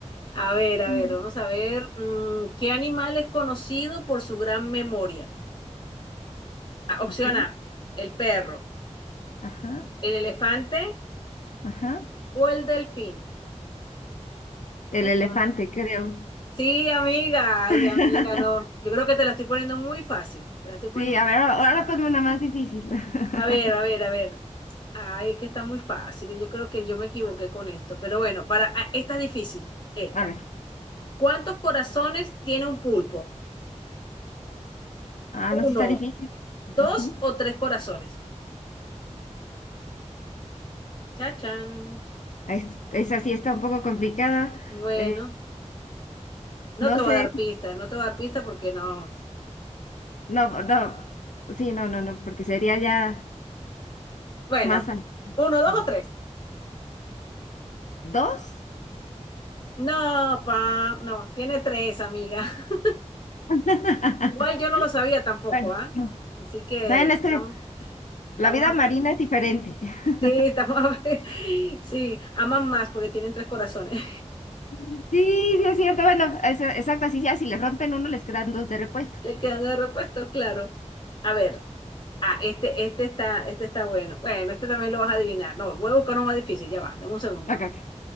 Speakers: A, on the left; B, on the left.
A: A ver, a
B: Sí.
A: ver, vamos a ver. mm, ¿qué animal es conocido por su gran memoria? Ah, Opción
B: Ok.
A: A, el perro,
B: Ajá,
A: el elefante
B: ajá.
A: o el delfín.
B: El
A: Chacha.
B: elefante, creo.
A: Sí, amiga, ay,
B: <laughs>
A: amiga, no. Yo creo que te la estoy poniendo muy fácil. Te la estoy poniendo
B: Sí, a ver,
A: muy
B: ahora
A: fácil.
B: ahora ponme una más difícil. <laughs>
A: A ver, a ver, a ver. Ay, es que está muy fácil. y Yo creo que yo me equivoqué con esto. Pero bueno, para, ah, esta es difícil. Esta.
B: A ver.
A: ¿Cuántos corazones tiene un pulpo?
B: Ah,
A: ¿Uno,
B: no, sí está difícil.
A: dos
B: Ujú.
A: o tres corazones? Chachán.
B: Es- esa sí está un poco complicada.
A: Bueno,
B: Eh,
A: no
B: no
A: te
B: sé.
A: voy a dar pistas, no te voy a dar pistas porque no.
B: No, no, sí, no, no, no, porque sería ya
A: Bueno,
B: más al-
A: uno, dos
B: no,
A: o tres.
B: ¿Dos?
A: No, pa, no, tiene tres, amiga. <laughs>
B: <laughs>
A: Igual yo no lo sabía tampoco,
B: Bueno,
A: ¿ah?
B: no.
A: Así que
B: bueno,
A: estamos,
B: es que
A: estamos
B: la vida
A: aprendiendo.
B: marina es diferente. <laughs>
A: Sí, estamos aprendiendo. <laughs> Sí, aman más porque tienen tres corazones.
B: Sí, sí es cierto. Bueno, es- exacto, así ya si le rompen uno, les quedan dos de repuesto.
A: Le quedan de repuesto, claro. A ver. Ah, este, este está, este está bueno. Bueno, este también lo vas a adivinar. No, voy a buscar uno más difícil, ya va, dame un segundo.
B: Ok, ok.